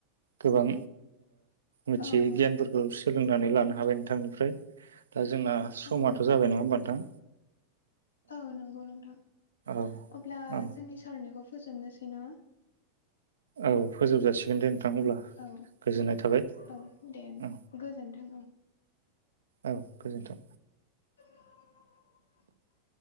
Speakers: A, on the right (about 70°); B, on the left (about 70°).
A: गोबां मिथियै
B: औ औ
A: गियानफोरखौ सोलोंनानै लानो हाबाय नोंथांनिफ्राय दा जोंना समाथ'
B: औ
A: जाबाय नङा होमबा नोंथां?
B: औ नंगौ नोंथां
A: औ
B: अब्ला
A: औ
B: जोंनि सावरायनायखौ फोजोबनोसै न?
A: औ फोजोब जाासिगोन दे नोंथां अब्ला
B: औ
A: गोजोननाय थाबाय।
B: औ दे
A: औ
B: गोजोन्थों उम।
A: औ गोजोनथों।
B: <inaudible>